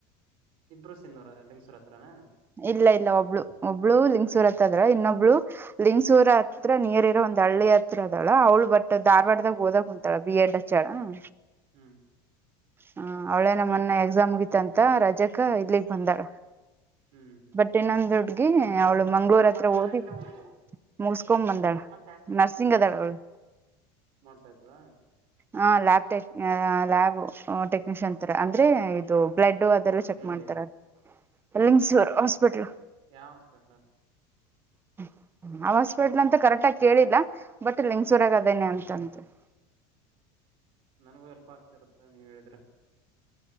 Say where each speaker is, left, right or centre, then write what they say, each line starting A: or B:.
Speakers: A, on the right; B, on the right.
A: ಇಬ್ರು ಸಿನ್ನೂರ ಲಿಂಗ್ಸೂರ್ ಹತ್ರನಾ.
B: ಇಲ್ಲ ಇಲ್ಲ ಒಬ್ಳು ಒಬ್ಳು ಲಿಂಗಸೂರತ್ದ್ರ ಇನ್ನೊಬ್ಳ. ಲಿಂಗ್ಸೂರ್ ಹತ್ರ ನಿಯರ್ ಇರೋ ಒಂದ್ ಹಳ್ಳಿ ಹತ್ರ ಅದಳ ಅವ್ಳು ಬಟ್ ಧಾರವಾಡದಾಗ ಹೋದಾಗ ಕುಂತಾಲ ಬಿ ಎಡ್ ಹಚ್ಚಳ. ಹ.
A: ಹ್ಮ್.
B: ಹ ಅವಳೇ ಅಲ್ಲ ಮೊನ್ನೆ ಎಕ್ಸಾಮ್ ಮುಗಿತ್ತ ಅಂತ ರಜಕ ಇಲ್ಲಿಗ್ ಬಂದಾಳ.
A: ಹ್ಮ್. ಹ್ಮ್
B: ಬಟ್ ಇನ್ನೊಂದು ಹುಡುಗಿ ಅವಳ ಮಂಗಳೂರ ಹತ್ರ
A: ಮಂಗ್ಳೂರ್
B: ಓದಿ
A: ಹೋಗಿ
B: ಮುಗಸಕೊ
A: ಮುಗಸ್ಕೊಂಡ್
B: ಬಂದಾಳ
A: ಬಂದ
B: ನರ್ಸಿಂಗ್ ಅದಾಳ್ ಅವಳು.
A: <unintelligible> ಆಯ್ತ ತದ.
B: ಹ ಲ್ಯಾಬ್ ಟೆಕ್ ಲ್ಯಾಬ್ ಟೆಕ್ನಿಷಿಯನ್ ಅಂತರ ಅಂದ್ರೆ ಇದು ಬ್ಲಡೂ ಅದು. <unintelligible> ಚೆಕ್
A: ಎಲ್ಲಿ
B: ಮಾಡ್ತಾರ ರಂಗಸು ಹಾಸ್ಪಿಟ್ಲ್.
A: ಯಾವ ಹಾಸ್ಪಿಟ್ಲ.
B: <inaudible> ಅವ ಹಾಸ್ಪಿಟ್ಲ್ ಅಂತ ಕರೆಕ್ಟ್ ಆಗಿ ಕೇಳಿಲ್ಲ ಬಟ್ ಲಿಂಗಸೂರಾಗ ಅದೇನೆ ಅಂತ. <unintelligible>
A: ನನಗೂ ಹೆಲ್ಪ್ ಆಗ್ತಿರುತ್ತ ನೀವ ಹೇಳಿದ್ರ.